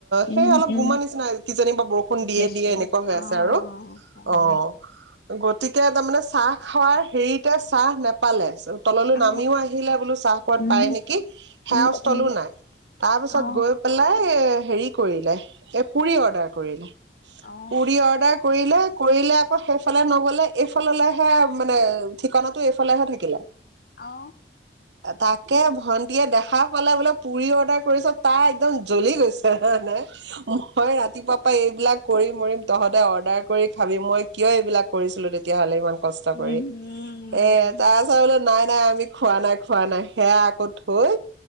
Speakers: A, on the right (about 80°); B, on the left (about 55°).
A: সেই
B: উম
A: অলপ
B: উম
A: গোমা নিচিনা কিজানি বা বৰষুণ, বৰষুণ
B: বুজিছো
A: দিয়ে দিয়ে এনেুৱা হৈ
B: অ
A: আৰু
B: হয়
A: অ'
B: হয়
A: গতিকে তাৰমানে চাহ, খোৱাৰ হেৰিতে চাহ নোপালে তললৈ
B: অ
A: নামিও আহিলে বোলো চাহ কোবাত
B: উম
A: পায় নেকি। সেৱা
B: উম
A: স্থলো
B: উম
A: নাই তাৰ পিছত
B: অ
A: গৈ পেলাই এ হেৰি, কৰিলে এ পুৰি অৰ্ডাৰ কৰিলে
B: অ
A: পুৰি অৰ্ডাৰ কৰিলে কৰিলে। সেইফালে নগলে এইফাললেহে মানে ঠিকনাটো এইফালেহে মানে থাকিলে।
B: অ
A: তাকে ভন্টিয়ে দেখা। পাল বোলে পুৰি অডাৰ কৰিছ তাই একদম জ্বলি গৈছে মই ৰাতিপুৱা। এইবিলাক কৰি মৰিম তহঁতে অৰ্ডাৰ কৰি খাবি মই কিয় এইবিলাক কৰিছিলো তেতিয়াহ'লে ইমান। কষ্ট
B: উম
A: কৰি এ
B: উম উম
A: তাৰপাছত বোলো নাই নাই আমি খোৱা নাই খোৱা নাই সেয়া। থৈ